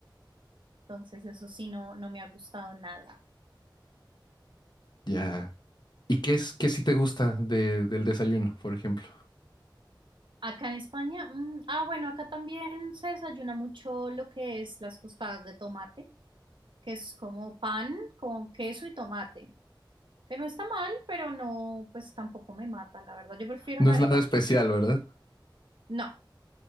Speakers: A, on the right; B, on the left.
A: Entonces, eso sí, no, no me ha gustado nada.
B: Ya. ¿Y qué es, qué sí te gusta de- del desayuno, por ejemplo?
A: Acá en España, mm, ah, bueno, acá también se desayuna mucho lo que es las tostadas de tomate, que es como pan con queso y tomate, que no está mal, pero no, pues tampoco me mata, la verdad. Yo prefiero
B: No
A: la
B: es
A: arepa.
B: nada especial, ¿verdad?
A: No,